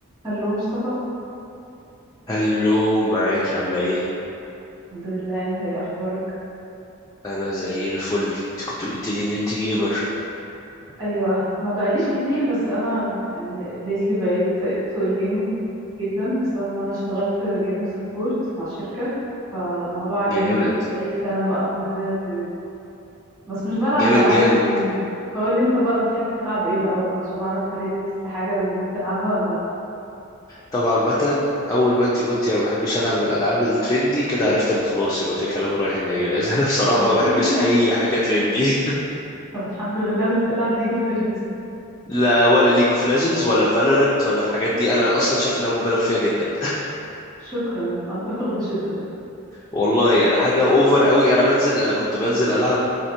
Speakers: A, on the right (about 15°); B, on the left (about 15°).
A: هلو مصطفى
B: هلو معاك عاملة ايه؟
A: الحمد لله انت ايه اخبارك
B: أنا زي الفل انت كنت قلت لي إن انت جيمر
A: ايوه ما بقاليش كتير بس انا يعني ليتلي بقيت انتو الجيمنج جدا بسبب ان انا اشتغلت جيمنج سبورت مع شركة فالموضوع عجبني
B: جامد
A: بقالي سنة بقى مبهدلة الدنيا بس مش بلعب
B: جامد
A: الالعاب
B: جامد
A: الترندي فقول لي انت بقى بتحب تلعب ايه الاول علشان اعرف هل ريديتس لحاجة من اللي بتلعبها ولا لا
B: طبعا مثلا أول ما انت قلت يا ما بحبش ألعب الألعاب الترندي كده عرفت إن خلاص يبقى في كلام رايح جاي <laughs> لأن أنا بصراحة
A: ف-
B: ما بحبش أي حاجة ترندي
A: <laughs> طب الحمد لله مش بتلعب ليج اوف ليجندز
B: <laughs> لا ولا ليج اوف ليجندز ولا فالورنت ولا الحاجات دي أنا أصلا شايف إنها مبالغ فيها جدا
A: شكرا اتفق بشدة
B: والله يعني حاجة اوفر قوي انا بنزل انا كنت بنزل العب